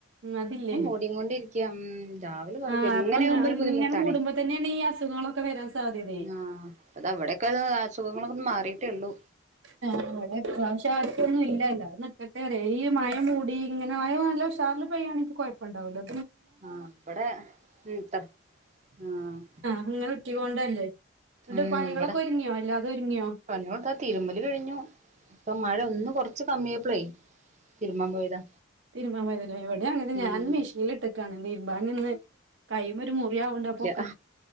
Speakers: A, on the right; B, on the right.
A: അതില്ലേനു
B: ഇന്നും മൂടികൊണ്ടിരിക്ക ഉം രാവിലെ കെറക്ക
A: ആ അപ്പൊ
B: ഇങ്ങനെ ആകുമ്പോ ഒരു ബുദ്ധിമുട്ടാണേ
A: ഇങ്ങനെ മൂടുമ്പോ തന്നെയാണ് ഈ അസുഖങ്ങളൊക്കെ വരാൻ സാധ്യതയെ
B: ആഹ് താ ഇവിടെക്കെ അസുഖങ്ങളൊന്നു മാറിട്ടേ ഒള്ളു
A: ആ ഇവിടെ ഇപ്രാവശ്യം ആർക്കൊന്നും ഇല്ല ഇല്ലാതെ നിൽക്കട്ടെ ഈ മഴ മൂടി ഇങ്ങനെ മഴനല്ല ഉഷാറ്ല് പെയ്യാണങ്കില് കെഴപ്പണ്ടാവുല
B: ആഹ് ഇവടെ ഉം ആഹ്
A: അങ്ങനെ ഉറ്റികൊണ്ടല്ലേ എന്നിട്ട്
B: ഉം
A: പണികളൊക്കെ
B: ഇവിടെ
A: ഒരുങ്ങ്യോ അല്ലാതെ ഒരുങ്ങ്യോ
B: <unintelligible> തിരുമ്പല് കഴിഞ്ഞു ഇപ്പോ മഴ ഒന്ന് കൊറച്ച് കമ്മിയായപ്പള് തിരുമ്പാ പോയതാ
A: തിരുമ്പാ പോയതാല്ലൊ ഇവിടെ അങ്ങനെന്നെ
B: ഉം
A: ഞാനിന്ന് മിഷീല് ഇട്ടക്കാണ് തിരുമ്പാനിന്ന് കൈമല് ഒരു മുറി ആവണ്ടപ്പോ
B: ആഹ്